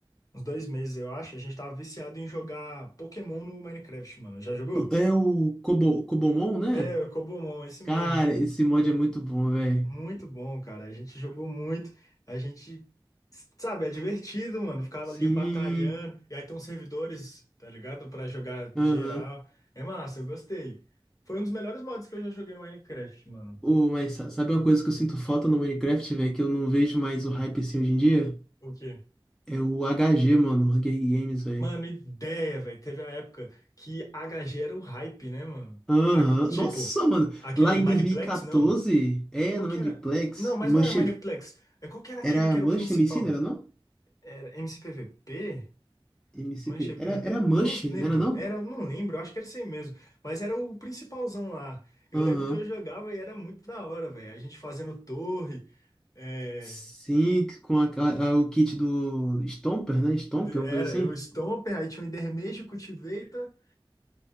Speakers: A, on the left; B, in the centre.
A: uns dois meses, eu acho. A gente tava viciado em jogar Pokémon no Minecraft, mano. Já jogou?
B: É o Kobo, Kobomon, né?
A: É, o Cobomon, esse
B: Cara,
A: mesmo.
B: esse mod é muito bom, velho.
A: Muito bom, cara. A gente jogou muito. A gente, sabe, é divertido, mano. Ficava
B: Sim,
A: ali batalhando. E aí tem uns servidores, tá ligado? Pra jogar
B: aham.
A: geral. É massa, eu gostei. Foi um dos melhores mods que eu já joguei no Minecraft, mano.
B: Ô, mas sa- sabe uma coisa que eu sinto falta no Minecraft, velho, que eu não vejo mais o hype assim hoje em dia?
A: O quê?
B: É o HG, mano, o Hunger Games, velho.
A: Mano, ideia, velho. Teve a época que HG era o hype, né, mano?
B: Aham.
A: A- tipo,
B: Nossa, mano.
A: aquele
B: Lá em
A: Mineplex,
B: 2014,
A: não.
B: é,
A: Qual
B: não
A: que
B: é
A: era?
B: de Plex.
A: Não, mas
B: Mush,
A: não era Mineplex. É, Qual que era aquele
B: era
A: que era
B: Mush
A: o principal?
B: MC, não era não?
A: Era MCPVP?
B: MCP.
A: Mancha PVP?
B: Era, era Mush,
A: Não lembro.
B: não era não?
A: Era, não lembro, acho que era isso aí mesmo. Mas era o principalzão lá. Eu
B: Aham.
A: lembro que eu jogava e era muito da hora, velho. A gente fazendo torre. é,
B: Sim, com a- a- a- o kit do Stomper, né? Stomper,
A: de- era
B: uma coisa assim.
A: o Stomper, aí tinha o Endermage, o Cultivator.